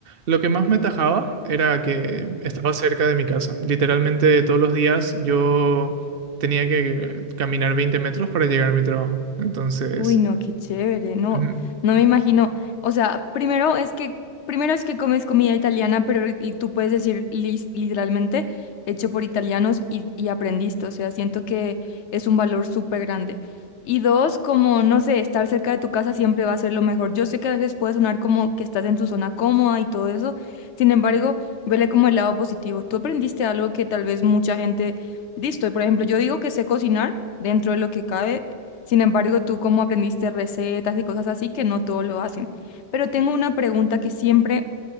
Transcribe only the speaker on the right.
Lo que más me tajaba era que estaba cerca de mi casa. Literalmente todos los días yo tenía que caminar 20 metros para llegar a mi trabajo. Entonces,
mm,